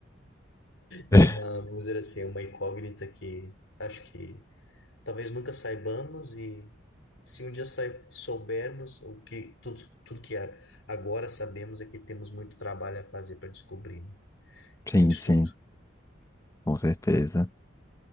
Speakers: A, on the left; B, on the left.
A: <laughs>
B: É uma, vamos dizer assim, é uma incógnita que acho que talvez nunca saibamos e. Se um dia sai- soubermos o que tudo, tudo que a- agora sabemos é que temos muito trabalho a fazer para descobrir, né?
A: Sim,
B: muito estudo.
A: sim, com certeza.